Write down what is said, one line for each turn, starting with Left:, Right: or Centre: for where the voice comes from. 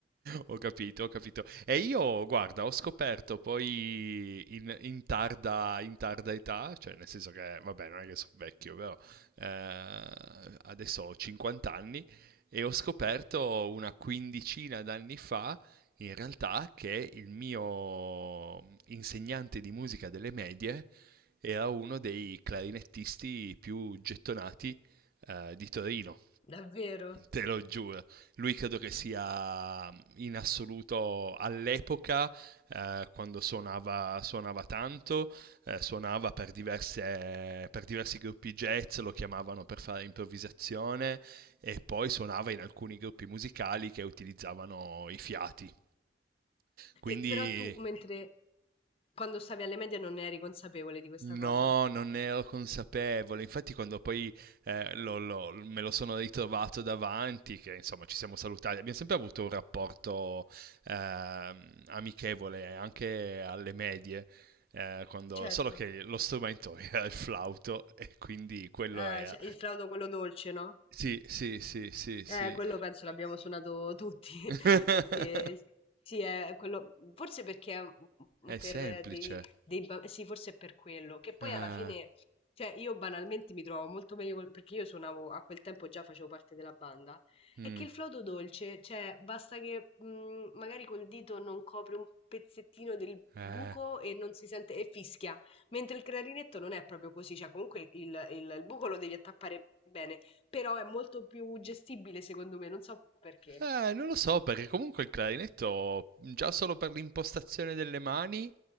Right: Ho capito, ho capito. E io, guarda, ho scoperto poi in, in tarda, in tarda età, cioè nel senso che, vabbè, non è che sono vecchio, però eh, adesso ho 50 anni e ho scoperto una quindicina d'anni fa, in realtà, che il mio insegnante di musica delle medie era uno dei clarinettisti più gettonati eh, di Torino.
Left: Davvero.
Right: Te lo giuro, lui credo che sia mm, in assoluto all'epoca, eh, quando suonava, suonava tanto, eh, suonava per, diverse- per diversi gruppi jazz, lo chiamavano per fare improvvisazione e poi suonava in alcuni gruppi musicali che utilizzavano i fiati. Quindi
Left: E, però tu, mentre quando stavi alle medie non ne eri consapevole di questa
Right: No,
Left: cosa?
Right: non ne ero consapevole. Infatti, quando poi eh, lo- lo- me lo sono ritrovato davanti, che insomma ci siamo salutati, abbiamo sempre avuto un rapporto ehm, amichevole anche alle medie, eh, quando-
Left: Certo.
Right: solo che lo strumento <laughs> era il flauto e quindi quello
Left: Ah,
Right: era.
Left: cioè, il flauto quello dolce, no?
Right: Sì, sì, sì, sì, sì.
Left: Eh, quello penso l'abbiamo suonato tutti, <laughs>
Right: <laughs>
Left: perché sì, è quello, forse perché è un-
Right: È
Left: per
Right: semplice.
Left: dei, dei ba- sì, forse è per quello, che poi
Right: Eh,
Left: alla fine, cioè io banalmente mi trovo molto meglio, col- perché io suonavo, a quel tempo già facevo parte della banda,
Right: mm,
Left: è che il flauto dolce, cioè basta che mh, magari col dito non copre un pezzettino del
Right: eh.
Left: buco e non si sente, e fischia, mentre il clarinetto non è proprio così, cioè comunque il, il il buco lo devi attappare bene però è molto più gestibile secondo me, non so perché.
Right: Eh, non lo so, perché comunque il clarinetto, già solo per l'impostazione delle mani,